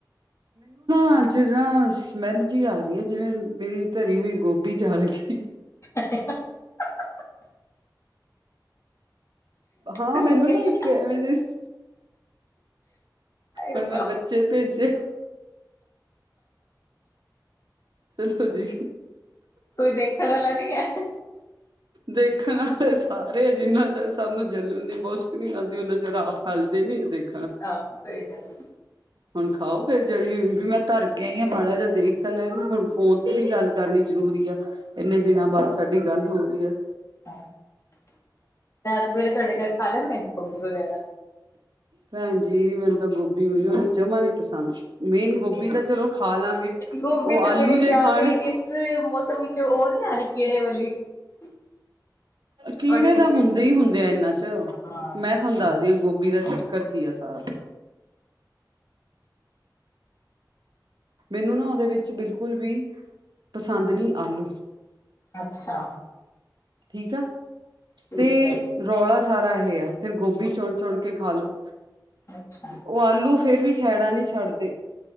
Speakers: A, on the right; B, on the left.
A: <unintelligible> ਸਮੈਲ ਜੀ ਆ ਰੀ ਐ ਜਿਵੇਂ ਮੇਰੀ ਧਰੀ ਹੋਈ ਗੋਭੀ ਜਲ ਗੀ
B: <unintelligible>
A: ਹਾਂ
B: ਹਾਏ
A: ਮੈਨੂੰ ਨਾ ਇੱਕ ਐਵੇਂ ਜੇ ਸ ਹੁਣ
B: ਰੱਬਾ
A: ਮੈਂ ਬੱਚੇ ਭੇਜੇ ਦਸੋ ਜੀ।
B: ਕੋਈ ਦੇਖਣ ਆਲਾ ਨੀ ਐ
A: ਦੇਖਣ ਆਲੇ ਸਾਰੇ ਐ ਜਿੰਨਾ ਚਿਰ ਸਭ ਨੂੰ ਜਲਣ ਦੀ ਮੁਸ਼ਕ ਨੀ ਆਂਦੀ ਉਨਾ ਚਿਰ ਆਪ ਹਲਦੇ ਨੀ ਦੇਖ
B: ਆਹ ਸਹੀ ਗਲ
A: ਹੁਣ ਖਾਓ ਫਿਰ ਜਿਹੜੀ ਵੀ ਮੈਂ ਧਰ ਕੇ ਆਈ ਹਾਂ ਮਾੜਾ ਜਿਹਾ ਦੇਖ ਤਾਂ ਲੈਗੇ ਹੁਣ ਫੋਨ ਤੇ ਵੀ ਗੱਲ ਕਰਨੀ ਜ਼ਰੂਰੀ ਆ ਇੰਨੇ ਦਿਨਾਂ ਬਾਅਦ ਸਾਡੀ ਗੱਲ ਹੋ ਰਹੀ ਹੈ।
B: <unintelligible> ਰਾਤ ਵੇਲੇ ਤੁਹਾਡੇ ਘਰ ਖਾ ਲੈਂਦੇ ਨੇ ਖੋਗੀ ਵਗੈਰਾ
A: ਭੈਣਜੀ, ਮੈਨੂੰ ਤਾਂ ਗੋਭੀ ਹੋਈ ਹੋਈ ਜਮਾ ਨੀ ਪਸੰਦ ਮੇਨ ਗੋਭੀ ਤਾਂ ਚਲੋ ਖਾ ਲਾਂਗੇ
B: ਗੋਭੀ
A: ਉਹ
B: ਤੇ
A: ਆਲੂ
B: ਮੇਰੇ
A: ਜਿਹੇ
B: ਖਿਆਲ
A: ਖਾਣ
B: ਇਸ ਮੌਸਮ ਵਿੱਚ ਤੇ ਉਹ ਯ ਕੀੜੇ ਵਾਲੀ <unintelligible>
A: ਕੀੜੇ
B: ਔਰ ਟੇਸਟ
A: ਤਾਂ ਹੁੰਦੇ ਹੀ ਹੁੰਦੇ ਆ ਇਹਨਾਂ ਚ,
B: ਹਾਂ
A: ਮੈਂ ਤੁਹਾਨੂੰ ਦੱਸਦੀ ਹ ਗੋਭੀ ਦਾ ਚੱਕਰ ਕੀ ਆ ਸਾਰਾ ਮੈਨੂੰ ਨਾ ਉਹਦੇ ਵਿੱਚ ਬਿਲਕੁਲ ਵੀ ਪਸੰਦ ਨਹੀਂ ਆਲੂ
B: ਅੱਛਾ
A: ਠੀਕ ਆ।
B: ਠੀਕ
A: ਤੇ
B: ਹੈ
A: ਰੌਲਾ, ਸਾਰਾ ਇਹੇ ਆ, ਫੇਰ ਗੋਭੀ ਚੁਣ ਚੁਣ ਕੇ ਖਾ ਲੋੋ।
B: ਅੱਛਾ
A: ਉਹ ਆਲੂ ਫੇਰ ਵੀ ਖੈੜਾ ਨਹੀ ਛੱਡਦੇ